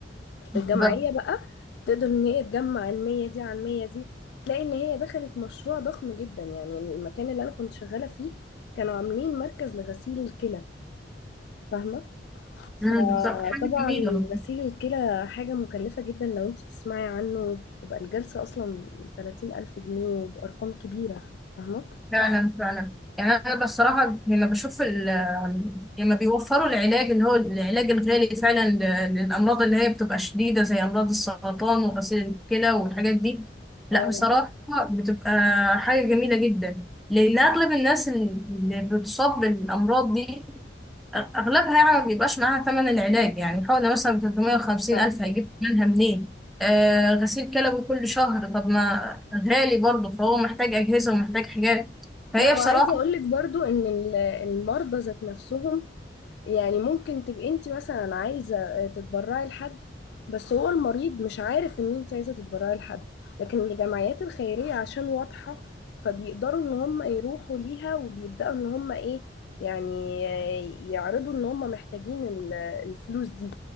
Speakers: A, in the centre; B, on the left (about 65°).
A: بالظبط
B: الجمعيه بقى تقدر ان هي تجمع ال 100 دي عن 100 دي تلاقي ان هي دخلت مشروع ضخم جدا يعني المكان اللي انا كنت شغاله فيه كانوا عاملين مركز لغسيل الكلى فاهمه فطبعا
A: مم، بالظبط. حاجة جميلة والله.
B: غسيل الكلى حاجة مكلفة جدا لو انت تسمعي عنه بتبقى الجلسة اصلا 30 ألف جنيه وبأرقام كبيرة فاهمة؟
A: فعلا فعلا يعني انا بصراحه لما بشوف ال- لما بيوفروا العلاج اللي هو العلاج الغالي فعلا ل- للامراض اللي هي بتبقى شديده زي امراض السرطان وغسيل الكلى والحاجات دي لا
B: اه
A: بصراحه بتبقى حاجه جميله جدا لان اغلب الناس اللي بتصاب بالامراض دي أغلبها يعني ما بيبقاش معاها ثمن العلاج يعني حوالي مثلا 350
B: ف-
A: ألف هيجيب ثمنها منين آه غسيل كلوي كل شهر طب ما غالي برضه فهو محتاج أجهزة ومحتاج حاجات فهي
B: لا وعايزة
A: بصراحة
B: اقولك برضو ان ال- المرضى ذات نفسهم يعني ممكن تبقي انت مثلا عايزه آه، تتبرعي لحد بس هو المريض مش عارف ان انت عايزه تتبرعي لحد لكن الجمعيات الخيريه عشان واضحه فبيقدروا ان هم يروحوا ليها وبيبداوا ان هم ايه يعني آه، يعرضوا ان هم محتاجين ال- الفلوس دي